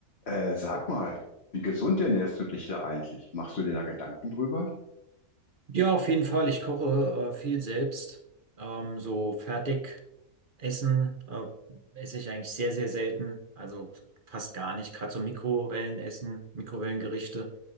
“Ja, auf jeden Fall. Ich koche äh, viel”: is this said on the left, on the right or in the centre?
Right